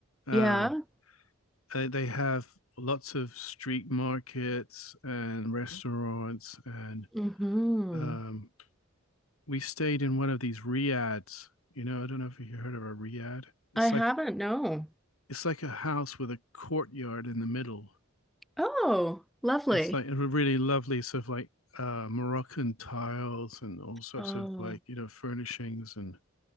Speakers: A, on the left (about 75°); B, in the centre.
A: Um,
B: Yeah.
A: uh, they have lots of street markets and restaurants and
B: Mm-hmm.
A: um, we stayed in one of these riads. You know, I don't know if you heard of a riad. It's
B: I haven't,
A: like
B: no.
A: it's like a house with a courtyard in the middle.
B: Oh, lovely.
A: It's like a really lovely sort of like uh, Moroccan tiles and all sorts
B: Oh,
A: of like you know furnishings and